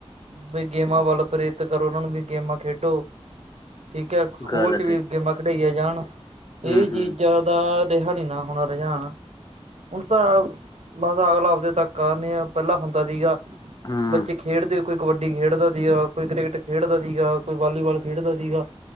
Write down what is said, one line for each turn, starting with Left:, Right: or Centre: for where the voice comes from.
Right: ਬਈ ਗੇਮਾਂ ਵੱਲ ਪ੍ਰੇਰਿਤ ਕਰੋ ਉਨਾਂ ਨੂੰ ਵੀ ਗੇਮਾਂ ਖੇਡੋ ਠੀਕ ਐ ਸਕੂਲ
Left: ਗੱਲ
Right: ਚ
Left: ਸਹੀ
Right: ਵੀ ਗੇਮਾਂ ਖਿਡਾਈਆ ਜਾਣ ਇਹ
Left: ਹੂੰ-ਹੂੰ,
Right: ਚੀਜਾ ਦਾ ਰਿਹਾ ਨੀ ਨਾ ਹੁਣ ਰੁਝਾਨ ਹੁਣ ਤਾਂ ਬਸ ਅਗਲਾ ਆਪਦੇ ਤੱਕ ਆ ਨਈ ਅ ਪਹਿਲਾਂ ਹੁੰਦਾ ਸੀਗਾ।
Left: ਹੂੰ-ਹੂੰ
Right: ਬੱਚੇ ਖੇਡਦੇ ਕੋਈ ਕਬੱਡੀ ਖੇਡਦਾ ਸੀ, ਕੋਈ ਕ੍ਰਿਕਟ ਖੇਡਦਾ ਸੀਗਾ, ਕੋਈ ਵਾਲੀਬਾਲ ਖੇਡਦਾ ਸੀਗਾ।